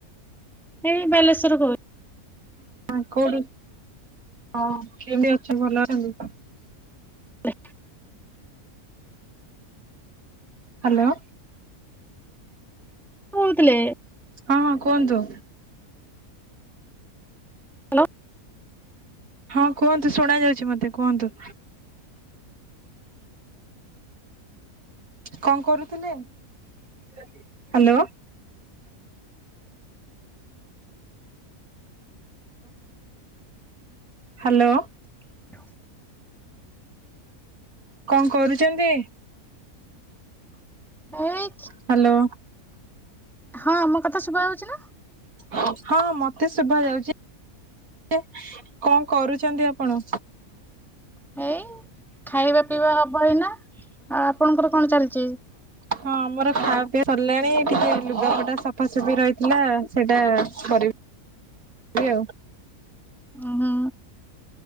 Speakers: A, in the centre; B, on the right.
A: ଏଇ ବାଲେଶ୍ଵର ରୁ କହୁ
B: ହ କୋଉଠି ହଁ କେମତି ଅଛ ଭଲ ଅଛନ୍ତି?
A: ତ
B: ହ୍ୟାଲୋ।
A: କହୁଥିଲେ
B: ହଁ କୁହନ୍ତୁ।
A: ହାଲୋ।
B: ହଁ କୁହନ୍ତୁ ଶୁଣା ଯାଉଛି ମତେ କୁହନ୍ତୁ। କଣ କରୁଥିଲେ ହ୍ୟାଲୋ। ହାଲୋ।
A: <unintelligible>
B: କଣ କରୁଛନ୍ତି?
A: ଏଇ
B: ହ୍ୟାଲୋ
A: ହଁ ମୋ କଥା ଶୁଭାଉଛି ନା?
B: ହଁ ହଁ ମତେ ଶୁଭା ଯାଉଛ ଏ କଣ କରୁଛନ୍ତି ଆପଣ?
A: ଏଇ ଖାଇବା ପିଇବା ହବ ଏଇନା। ଆ ଆପଣଙ୍କର କଣ ଚାଲିଛି?
B: ହଁ ଆମର ଖାଇବା ପିଇବା ସରିଲାଣି ଟିକେ ଲୁଗା ପଟା ସଫାସଫି ରହିଥିଲା ସେଇଟା କରି ବି ଆଉ।
A: ଉହୁଁ।